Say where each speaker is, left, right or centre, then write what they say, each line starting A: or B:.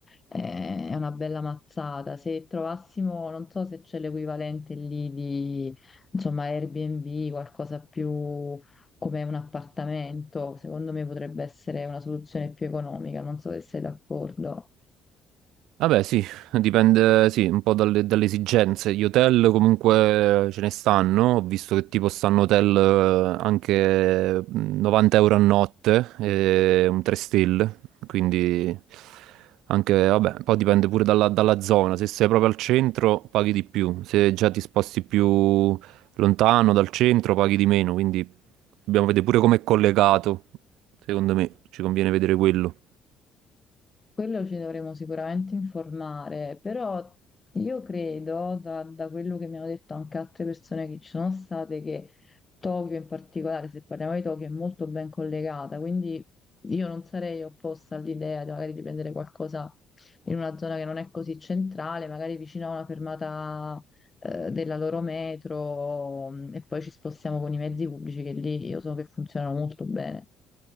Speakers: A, on the left; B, on the right.
A: eh, è una bella mazzata. Se trovassimo, non so se c'è l'equivalente lì di, insomma, Airbnb, qualcosa più come un appartamento, secondo me potrebbe essere una soluzione più economica, non so se sei d'accordo.
B: Vabbè, sì, dipende, sì, un po' dalle, dalle esigenze. Gli hotel comunque ce ne stanno, ho visto che tipo stanno hotel eh, anche mm, 90 euro a notte, e un 3 stelle, quindi anche, vabbè, poi dipende pure dalla, dalla zona, se sei proprio al centro paghi di più, se già ti sposti più lontano dal centro paghi di meno, quindi dobbiamo vedere pure come è collegato, secondo me ci conviene vedere quello.
A: Quello ci dovremo sicuramente informare, però io credo, da, da quello che mi hanno detto anche altre persone che ci sono state, che Tokyo in particolare, se parliamo di Tokyo, è molto ben collegata, quindi io non sarei opposta all'idea di magari di prendere qualcosa in una zona che non è così centrale, magari vicino a una fermata eh, della loro metro, mm, e poi ci spostiamo con i mezzi pubblici che lì io so che funzionano molto bene.